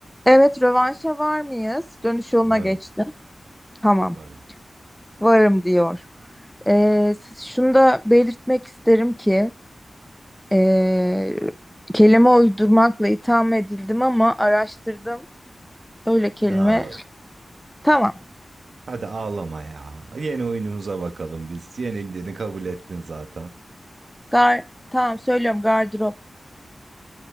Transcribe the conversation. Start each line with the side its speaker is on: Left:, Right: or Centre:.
Centre: Evet, rövanşa var mıyız? Dönüş yoluna
Right: Varım,
Centre: geçtim. Tamam,
Right: varım.
Centre: varım diyor. Ee, s- şunu da belirtmek isterim ki ee, kelime uydurmakla itham edildim ama araştırdım. Öyle kelime.
Right: Ya
Centre: Tamam,
Right: hadi ağlama ya. Yeni oyunumuza bakalım biz. Yenildiğini kabul ettin zaten.
Centre: gar, tamam söylüyorum gardırop.